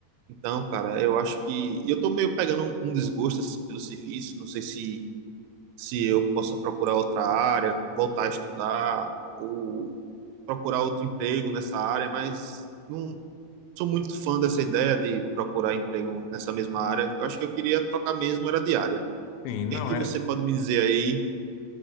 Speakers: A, on the right; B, on the left.
A: Então, cara, eu acho que e eu tô meio pegando um um desgosto assim pelo serviço, não sei se se eu posso procurar outra área, voltar a estudar ou procurar outro emprego nessa área, mas não sou muito fã dessa ideia de procurar emprego nessa mesma área. Eu acho que eu queria trocar mesmo era de área. O
B: Sim, não
A: que é que
B: é.
A: você pode me dizer aí?